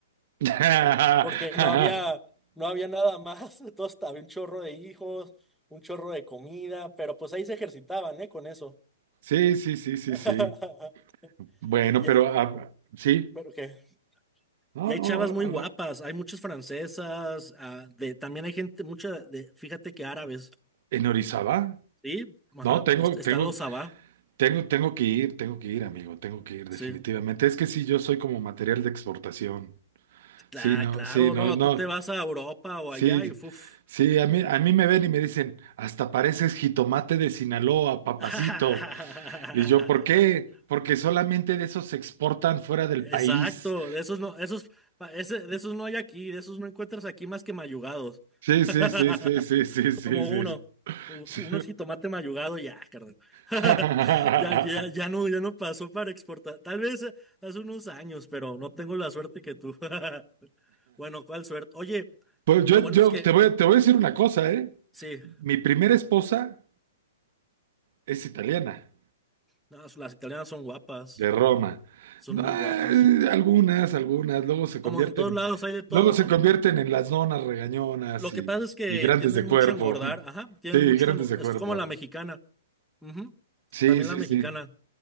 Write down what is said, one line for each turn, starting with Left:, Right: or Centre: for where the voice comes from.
Right: <laughs>
Centre: por- porque no había, no había nada más. <laughs> Entonces había un chorro de hijos, un chorro de comida, pero pues ahí se ejercitaban, ¿eh? Con eso.
Right: Sí, sí, sí, sí,
Centre: <laughs>
Right: sí. Bueno, pero
Centre: Y,
Right: ah, sí.
Centre: pero, ¿qué?
Right: No,
Centre: Y hay
Right: no,
Centre: chavas
Right: ahora
Centre: muy guapas, hay muchas francesas, ah, de, también hay gente, mucha de, fíjate que árabes,
Right: en Orizaba.
Centre: ¿sí? Ajá,
Right: No, tengo,
Centre: est- están
Right: tengo,
Centre: los Sabá,
Right: tengo, tengo que ir, tengo que ir, amigo, tengo que ir definitivamente.
Centre: sí.
Right: Es que sí, yo soy como material de exportación.
Centre: Cla-
Right: Sí, no,
Centre: claro,
Right: sí, no,
Centre: no,
Right: no,
Centre: tú te vas a Europa o
Right: sí,
Centre: allá y fuf.
Right: sí, a mí, a mí me ven y me dicen, hasta pareces jitomate de Sinaloa, papacito.
Centre: <laughs>
Right: Y yo, ¿por qué? Porque solamente de esos se exportan fuera del
Centre: Exacto,
Right: país.
Centre: de esos no, esos, pa- ese- de esos no hay aquí, de esos no encuentras aquí más que mayugados.
Right: Sí,
Centre: <laughs>
Right: sí, sí, sí, sí, sí, sí,
Centre: como
Right: sí.
Centre: uno.
Right: sí.
Centre: Uno el jitomate mayugado, ya, carnal. <laughs>
Right: <laughs>
Centre: Ya, ya, ya no, ya no pasó para exportar. Tal vez eh, hace unos años, pero no tengo la suerte que tú. <laughs> Bueno, ¿cuál suerte? Oye,
Right: Pues
Centre: lo
Right: yo,
Centre: bueno
Right: yo
Centre: es que
Right: te voy, te voy a decir una cosa, ¿eh?
Centre: sí,
Right: Mi primera esposa es italiana.
Centre: las las italianas son guapas,
Right: de Roma.
Centre: son
Right: No,
Centre: muy
Right: eh,
Centre: guapas.
Right: algunas, algunas, luego se
Centre: Como
Right: convierten,
Centre: en todos lados hay de todo,
Right: luego se
Centre: ¿no?
Right: convierten en las donas regañonas
Centre: Lo
Right: y,
Centre: que pasa es que
Right: y grandes
Centre: tienden
Right: de
Centre: mucho
Right: cuerpo.
Centre: a engordar,
Right: <laughs>
Centre: ajá, tienen
Right: Sí,
Centre: mucho,
Right: grandes
Centre: engo-
Right: de
Centre: es
Right: cuerpo.
Centre: como la mexicana. ujú,
Right: Sí,
Centre: También
Right: sí,
Centre: la mexicana.
Right: sí.